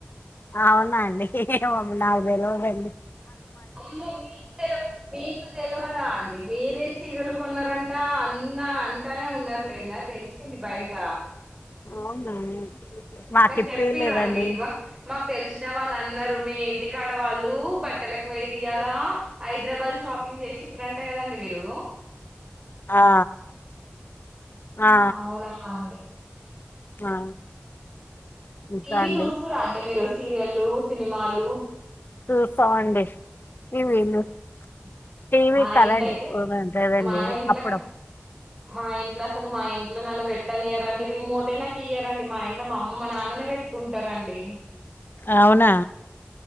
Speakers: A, on the left; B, on the right.
A: అవునా అండి నాలుభై రోలుండి
B: అమ్మో మీకు తెల మీకు తెలివదా అండి మీరే చీరలు కొన్నారంట అన్న అంటానే ఉన్నారు లేద తెలిసింది బయట
A: అవునా మాకిప్పీయలేదండి
B: నాకు చెప్ప రండి మా మాకు తెలిసిన వాళ్ళు అన్నారు మీ ఇంటికా ఆడవాళ్ళు బట్టలకు వర ఇయ్యాల హైదరాబాద్ షాపింగ్ చేసిారంటే కదండి మీరు
A: ఆ ఆ
B: అవునా అ
A: ఆ ఇంకా
B: టీవీ
A: అండి
B: చూస్తూ రా అండి మీరు సీరియల్ లు సినిమాలు
A: చూస్తామండి <inaudible>
B: మా
A: కరెంట్
B: ఇంట్లో అయితే
A: ఉంటదండి
B: మా ఇంట్ల
A: అప్పుడప్పుడు
B: మా ఇంట్లో అసలు మా మా ఇంట్లో నన్ను పెట్టనియారండి రిమోట్ ఏ నాకు ఇయ్యారండి మా ఇంట్లో మా అమ్మ మా నాన్ననే పెట్టుకుంటారండి
A: అవునా